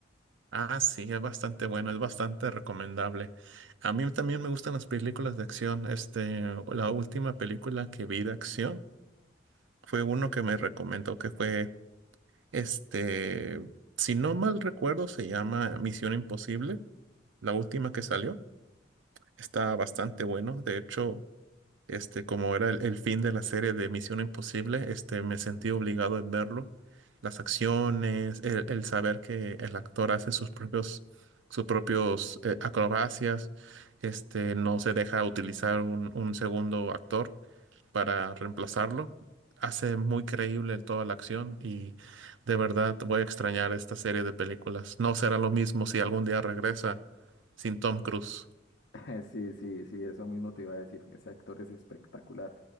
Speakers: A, on the right; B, on the left.
A: Ah, sí, es bastante bueno, es bastante recomendable. A mí también me gustan las películas de acción. Este, la última película que vi de acción fue uno que me recomendó que fue, este, si no mal recuerdo, se llama Misión Imposible, la última que salió. Está bastante bueno. De hecho, este, como era el, el fin de la serie de Misión Imposible, este, me sentí obligado a verlo. Las acciones, el, el saber que el actor hace sus propios, sus propios eh, acrobacias, este, no se deja utilizar un, un segundo actor para reemplazarlo. Hace muy creíble toda la acción y de verdad voy a extrañar esta serie de películas. No será lo mismo si algún día regresa sin Tom Cruise.
B: <laughs> Sí, sí, sí, eso mismo te iba a decir. Ese actor es espectacular.